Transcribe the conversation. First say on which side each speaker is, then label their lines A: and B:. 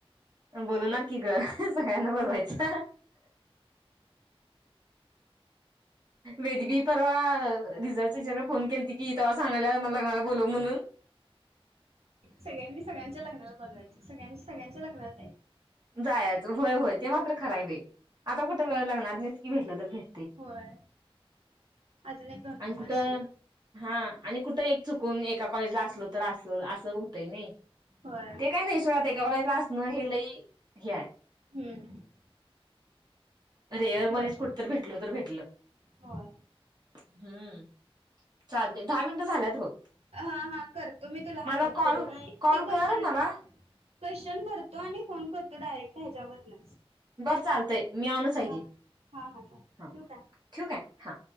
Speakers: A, on the right; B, on the right.
A: बोलवणार की ग सगळ्यांना बोलवायचं वेद बी परवा रिझल्टच विचारायला फोन केलती की तवा सांगायला मला लग्नाला बोलव म्हणून
B: सगळ्यांनी सगळ्यांच्या लग्नाला बोलवायच सगळ्यांनि सगळ्यांच्या लग होय
A: जायच होय होय ते मात्र खर आहे बाई आता कुठ लग्नात की भेटल तर पण
B: होय अजून एक दोन
A: आणि
B: तीन वर्ष
A: कुठं हा आणि कुठं एक चुकून एका कॉलेजला असलो तर असल असं होतंय नाही
B: होय
A: ते काय नाही सोड ते काय एका कॉलेजला असणं हे लई हय
B: हम्म
A: रेअर मध्येच
B: बर
A: कुठतरी भेटलो तर भेटलं
B: होय
A: हम्म चालते दहा मिनिटं झाल्यात बघ
B: हा हा करतो मी तुला
A: मला
B: हाकट
A: कॉल
B: करून
A: कॉल
B: ते क्वेशन
A: कर मला
B: क्वेशन भरतो आणि फोन करतो तो डायरेक्ट ह्याच्यावरनच
A: बरं चालतंय मी ऑनच हाय
B: हा
A: घे
B: हा चालेल
A: हा
B: ठेवू काय
A: ठिउ काय हा